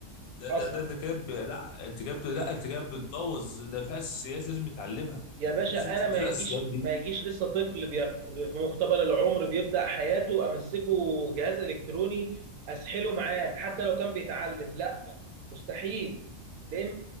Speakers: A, on the left; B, on the right.
A: ده ده,
B: حصل
A: ده انت كده ب- لا انت كده ب- لا انت كده بتبوظ ده فيها اساسيات لازم يتعلمها
B: يا باشا
A: لازم تديله
B: انا ما يجيش
A: الاساسيات دي
B: ما يجيش لسه طفل بي- في مقتبل العمر بيبدا حياته امسكه جهاز الكتروني اسحله معاه حتى لو كان بيتعلم لا مستحيل لان